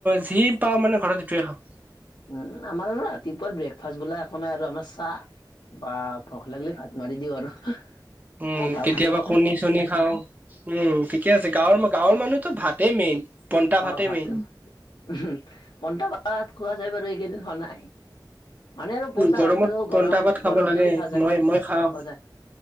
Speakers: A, on the right (about 20°); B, on the left (about 65°).
A: যি মন পাও মানে ঘৰত সেইটোৱে খাও।
B: উম আমাৰ আৰু ৰাতিপুৱা ব্ৰেকফাষ্ট বোলা এক নাই আৰু আমাৰ চাহ। বা ভোক লাগিলে ভাত মাৰি দিওঁ আৰু।
A: উম
B: এই গাঁৱৰ
A: কেতিয়াবা
B: মানুহ না
A: কণী-চণী খাওঁ উম ঠিকে আছে গাঁৱৰ গাঁৱৰ মানুহ। টো ভাতেই মেইন। পন্টা ভাতেই
B: অ', ভাতটো
A: মেইন
B: উম পন্টা ভাত খোৱা যায় বাৰু এইকেইদিন হোৱা নাই। মানে আৰু পণ্টা
A: গৰমত
B: ভাতটো
A: পন্টা
B: গৰম
A: ভাত খাব
B: গৰম
A: লাগে
B: দিলি খোৱা যায়
A: মই মই খাওঁ
B: খোৱা যায়।